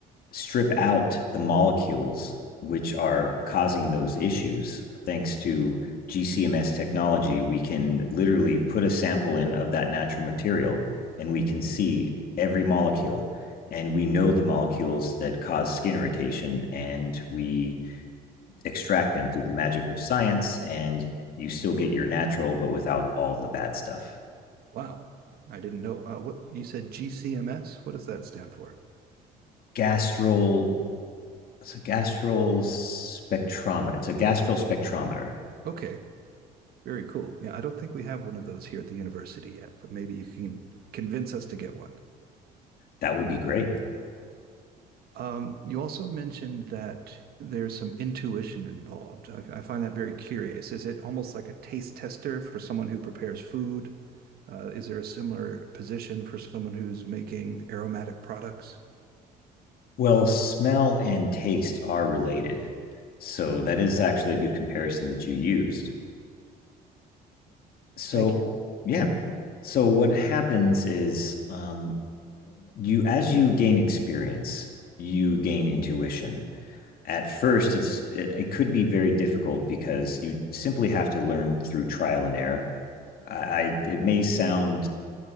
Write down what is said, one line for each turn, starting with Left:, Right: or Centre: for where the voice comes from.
Left: strip out the molecules which are causing those issues thanks to GCMS technology, we can literally put a sample in of that natural material and we can see every molecule. And we know the molecules that cause skin irritation and we extract them through the magic of science. And you still get your natural, but without all the bad stuff.
Right: Wow. I didn't know. Uh, what you said GCMS? What does that stand for?
Left: Gastral, it's a gastral spectrometer. It's a gastral spectrometer.
Right: Okay. Very cool. Yeah, I don't think we have one of those here at the university yet, but maybe you can convince us to get one.
Left: That would be great.
Right: Um, you also mentioned that there's some intuition involved. I, I find that very curious. Is it almost like a taste tester for someone who prepares food? Uh, is there a similar position for someone who's making aromatic products?
Left: Well, smell and taste are related. So that is actually a good comparison that you used. So,
Right: Thank you.
Left: yeah. So what happens is um, you, as you gain experience, you gain intuition. at first it's it, it could be very difficult because you simply have to learn through trial and error i, I it may sound